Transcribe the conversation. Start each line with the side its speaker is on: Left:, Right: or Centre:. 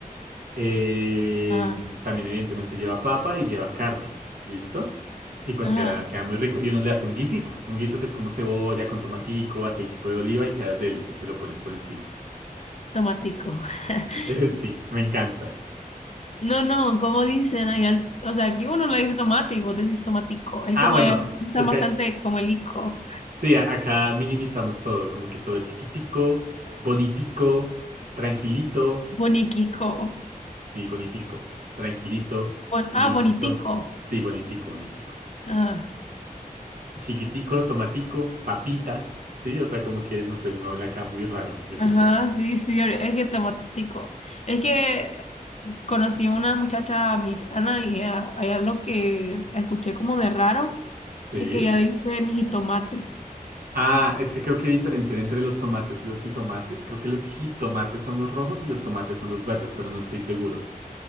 Right: Eh,
Left: ajá,
Right: también evidentemente lleva papa y lleva carne. ¿Listo? Y pues
Left: ajá.
Right: queda, queda muy rico. Y uno le hace un guisito. Un guiso que es como cebolla con tomatico, aceitico de oliva y queda deli. Y se lo pones por encima. <laughs>
Left: Tomatico. <laughs>
Right: Eh, sí, me encanta.
Left: No, no, como dicen allá, o sea, aquí uno le dice tomate y vos decís tomatico. Es
Right: Ah,
Left: como,
Right: bueno,
Left: es, usan
Right: es que
Left: bastante como el ico,
Right: sí, a- acá minimizamos todo. Como que todo es chiquitico, bonitico, tranquilito.
Left: boniquico.
Right: Sí, bonitico. Tranquilito,
Left: Bon-
Right: lindito.
Left: ah, bonitico.
Right: Sí, bonitico, bonitico.
Left: Ajá,
Right: Chiquitico, tomatico, papita, ¿sí? O sea, como que, no sé, uno habla acá muy raro, yo
Left: ajá,
Right: qué sé,
Left: sí, sí, es que tomatico. Es que conocí a una muchacha mexicana y ella- hay algo que escuché como de raro,
Right: ¿sí?
Left: es que ella dice ni jitomates.
Right: Ah, es que creo que diferencian entre los tomates y los jitomates. Creo que los jitomates son los rojos y los tomates son los verdes, pero no estoy seguro.